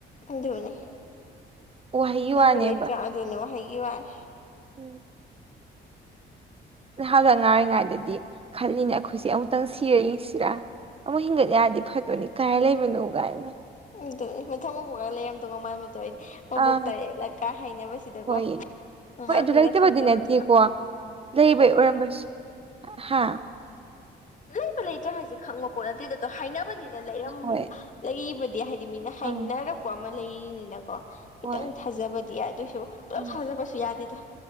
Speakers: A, on the left (about 40°); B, on the right (about 30°).
A: ꯑꯗꯨꯣꯅꯤ
B: ꯋꯥꯍꯩꯒꯤ
A: ꯂꯩ
B: ꯋꯥꯅꯦꯕ
A: ꯄꯨꯔ ꯏ ꯆꯖꯅꯤ ꯋꯥꯍꯤꯒꯤ ꯋꯥꯔ
B: ꯎꯝ ꯅꯍꯥꯟꯅ ꯉꯥꯡꯔꯤꯉꯥꯏꯗꯗꯤ ꯈꯜꯂꯤꯅ ꯑꯩꯈꯣꯏꯁꯦ ꯑꯃꯨꯛꯇꯪ ꯁꯤꯔ ꯌꯦꯡꯁꯤꯔ ꯑꯃꯨꯛ ꯍꯤꯡꯒꯠ ꯌꯥꯔꯗꯤ ꯐꯠꯇꯣꯏꯅꯤ ꯀꯥꯏ ꯂꯩꯕꯅꯣ ꯀꯥꯏꯅ
A: ꯎꯝ ꯃ ꯊꯪ ꯃ ꯄꯨꯒ ꯂꯩꯔꯝꯗꯧꯒ ꯃꯥꯟꯕꯗꯣ ꯑꯩ ꯃꯕꯣꯛ
B: ꯑꯥ
A: ꯇꯔꯦꯠꯂꯀ ꯍꯥꯏꯅꯕꯁꯤꯗꯀꯣ
B: ꯍꯣꯏ
A: ꯑꯃꯥꯡꯅꯤꯅ
B: ꯍꯣꯏ ꯑꯗꯨ ꯂꯩꯇꯕꯗꯤ
A: ꯈꯪꯗꯕꯗꯨ
B: ꯅꯠꯇꯦꯀꯣ ꯂꯩꯕꯩ ꯑꯣꯏꯔꯝꯕꯁꯨ ꯍꯥ
A: ꯂꯩꯕ ꯂꯩꯇ꯭ꯔꯥ ꯍꯥꯏꯁꯦ ꯈꯪꯕ ꯄꯣꯠ ꯅꯠꯇꯦꯗ ꯑꯗꯨꯣ ꯍꯥꯏꯅꯕꯅꯤꯅ ꯂꯩꯔ
B: ꯍꯣꯏ
A: ꯂꯩꯕꯗꯤ ꯍꯥꯏ ꯍꯥꯏꯗꯤ ꯃꯤꯅ ꯍꯥꯏꯅꯔꯛꯄ
B: ꯑꯪ
A: ꯑꯃ ꯂꯩꯔꯤꯅꯤꯅꯀꯣ ꯈꯤꯇꯪ
B: ꯍꯣꯏ
A: ꯊꯥꯖꯕꯗꯤ ꯌꯥꯗꯦ ꯑꯗꯨꯏꯁꯨ ꯄꯨꯂꯞ
B: ꯎꯝ
A: ꯊꯥꯖꯕꯁꯨ ꯌꯥꯗꯦꯗꯣ